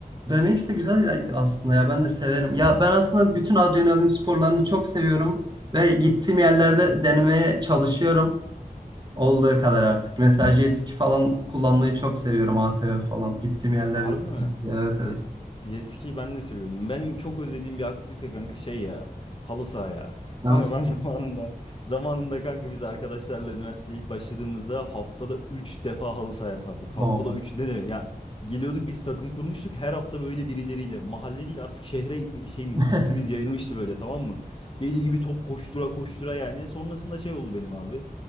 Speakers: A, on the right (about 30°); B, on the left (about 35°).
A: BMX de güzel aslında ya ben de severim. Ya ben aslında bütün adrenalin sporlarını çok seviyorum ve gittiğim yerlerde denemeye çalışıyorum olduğu kadar artık. Mesela jet ski falan kullanmayı çok seviyorum ATV falan. Gittiğim yerlerde
B: Harbi
A: sürekli
B: mi?
A: evet evet.
B: Jes jet ski'yi ben de seviyordum. Benim çok özlediğim bir aktivite kanka şey ya. Halı saha ya.
A: Yalnız
B: Kanka ben <laughs> zamanında zamanında kanka biz arkadaşlarla üniversiteye ilk başladığımızda haftada 3 defa halı saha yapardık. Haftada
A: o.
B: 3 ne demek ya? Geliyorduk biz takım kurmuştuk her hafta böyle birileriyle. Mahalle değil artık şehre şeyimiz
A: <laughs>
B: ismimiz yayılmıştı böyle tamam mı? Deli gibi top koştura koştura yani. Sonrasında şey oldu benim abi.